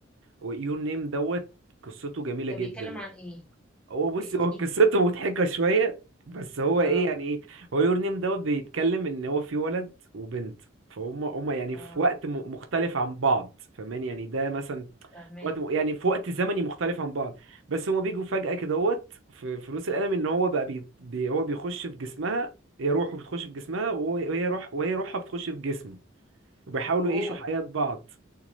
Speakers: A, on the right (about 80°); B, in the centre.
A: يور نيم دوت قصته جميلة
B: ده
A: جدا
B: بيتكلم عن ايه
A: هو بص
B: احكي
A: هو قصته
B: لي
A: مضحكة شوية بس هو
B: اه
A: ايه يعني ايه هو يور نيم دوت بيتكلم ان هو في ولد وبنت فهم هم يعني
B: اه
A: في وقت م- مختلف عن بعض فاهمان يعني ده مثلا
B: فاهمه
A: وقت م- يعني في وقت زمني مختلف عن بعض بس هما بيجوا فجأة كدهوت في فلوس القلم ان هو بقى بي بي هو بيخش في جسمها هي روحه بتخش في جسمها وهو- وهي روح وهي روحها بتخش في جسمه وبيحاولوا
B: اوه
A: يعيشوا حياة بعض